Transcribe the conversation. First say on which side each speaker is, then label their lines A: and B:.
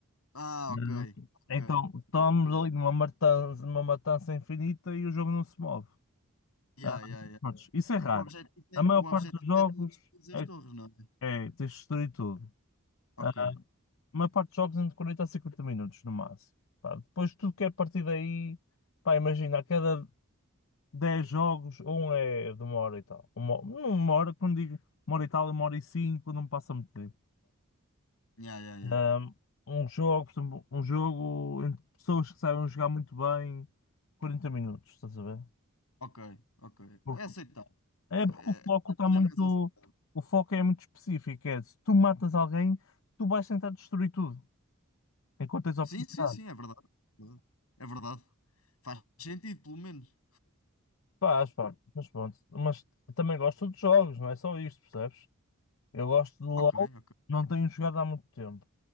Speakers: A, on the left; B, on the left.
A: Ah,
B: Não.
A: ok, ok.
B: Então, estamos
A: Estou a perceber.
B: ali numa matança, numa matança infinita e o jogo não se move.
A: Yeah,
B: Ah,
A: yeah, yeah.
B: prontos, isso é raro.
A: O objetivo é,
B: A maior
A: o
B: parte
A: objetivo
B: dos jogos
A: é tu destruir
B: é,
A: as torres, não é?
B: é tens de destruir tudo.
A: Ok.
B: Ah, a maior parte dos jogos é entre 40 a 50 minutos no máximo. Pá, depois tudo que é a partir daí, pá, imagina, a cada 10 jogos, um é de uma hora e tal. Uma, não uma hora, quando digo uma hora e tal, é uma hora e cinco, não passa muito tempo.
A: Yeah, yeah, yeah.
B: Um, um jogo, por exemplo, um jogo entre pessoas que sabem jogar muito bem, 40 minutos, estás a ver?
A: Ok, ok.
B: Porque,
A: É aceitável.
B: é
A: É,
B: porque o foco
A: é-
B: está
A: tudo
B: muito.
A: é mais aceitável.
B: O foco é muito específico. É, se tu matas alguém, tu vais tentar destruir tudo, enquanto tens a
A: Sim,
B: oportunidade.
A: sim, sim, é verdade. É verdade. É verdade. Faz sentido, pelo menos.
B: Pá, pá, mas pronto. Mas também gosto de jogos, não é só isto, percebes? Eu gosto de LOL,
A: Ok, ok.
B: não tenho jogado há muito tempo.